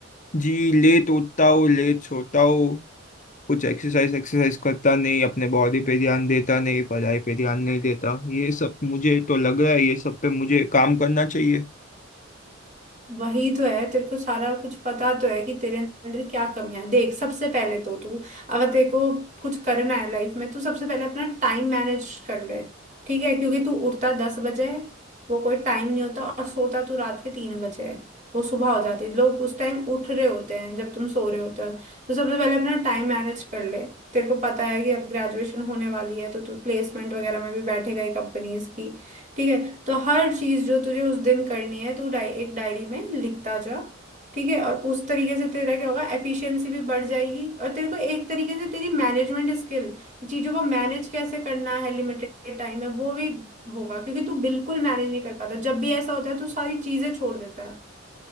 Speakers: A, on the left; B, on the right.
A: जी लेट उठता हूँ लेट सोता हूँ कुछ एक्सरसाइज एक्सरसाइज करता नहीं अपने बॉडी पे ध्यान देता नहीं पढ़ाई पे ध्यान नहीं देता ये सब मुझे तो लग रहा है ये सब पे मुझे काम करना चाहिए
B: वही तो है तेरे को सारा कुछ पता तो है कि तेरे अंदर क्या कमियां हैं देख सबसे पहले तो तू अगर तेरे को कुछ करना है लाइफ में तो सबसे पहले अपना टाइम मैनेज कर ले ठीक है क्योंकि तू उठता दस बजे है वो कोई टाइम नहीं होता और सोता तू रात के तीन बजे है वो सुबह हो जाती है लोग उस टाइम उठ रहे होते हैं जब तुम सो रहे होते हो तो सबसे पहले अपना टाइम मैनेज कर ले तेरे को पता है कि अब ग्रेजुएशन होने वाली है तो तू प्लेसमेंट वगैरह में भी बैठेगा ही कंपनीज की ठीक है तो हर चीज जो तुझे उस दिन करनी है तू डाय, एक डायरी में लिखता जा ठीक है और उस तरीके से तेरा क्या होगा एफिशिएंसी भी बढ़ जाएगी और तेरे को एक तरीके से तेरी मैनेजमेंट स्किल चीजों को मैनेज कैसे करना है लिमिटेड टाइम में वो भी होगा क्योंकि तू बिल्कुल मैनेज नहीं कर पाता जब भी ऐसा होता है तू सारी चीजें छोड़ देता है